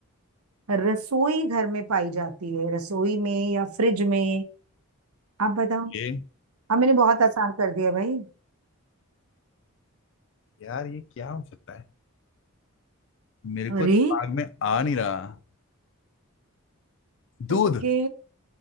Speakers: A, on the right; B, on the left.
A: रसोई घर में पाई जाती है रसोई में या फ्रिज में आप बताओ
B: ये
A: हाँ मैंने बहुत आसान कर दिया भाई
B: यार ये क्या हो सकता है मेरे को
A: अरे
B: दिमाग में आ नहीं रहा दूध
A: ओके